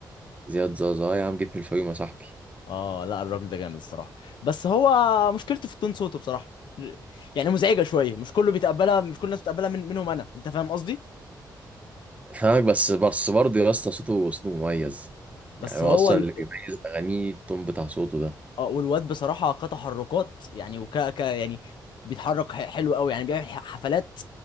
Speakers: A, on the right (about 15°); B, on the left (about 75°).
A: زياد زوزة آه يا عم جيت من الفيوم يا صاحبي
B: اه لا الراجل ده جامد الصراحه بس هو مشكلته في التون صوته بصراحه يعني مزعجه شويه مش كله بيتقبلها مش كل الناس بتقبلها من منهم انا انت فاهم قصدي
A: فاهمك بس بس برضه يا اسطى صوته صوته مميز يعني
B: بس
A: هو
B: هو
A: اصلا
B: ال...
A: اللي بيميز اغانيه التون بتاع صوته ده
B: آه، والواد بصراحه كتحركات يعني وك ك يعني بيتحرك ح- حلو قوي يعني بيعمل ح- حفلات